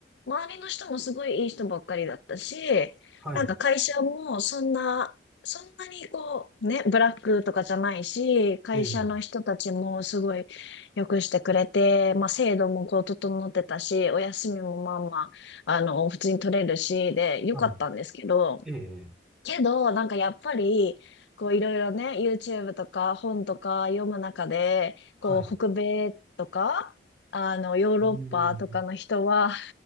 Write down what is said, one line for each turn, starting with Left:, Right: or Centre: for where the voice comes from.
Left: 周りの人もすごいいい人ばっかりだったし、
Centre: はい。
Left: なんか会社もそんな、そんなにこう、ね、ブラックとかじゃないし、会社の人たちもすごい良くしてくれて、
Centre: ええ、
Left: まあ制度もこう整ってたし、お休みもまあまあの、普通に取れるし、で、良かったんですけど、
Centre: はい。ええ、
Left: けど、なんかやっぱり、こういろいろね、YouTube とか本とか読む中で、こう北米とか、
Centre: はい。う
Left: あの、ヨーロッパとかの人は、
Centre: ーん。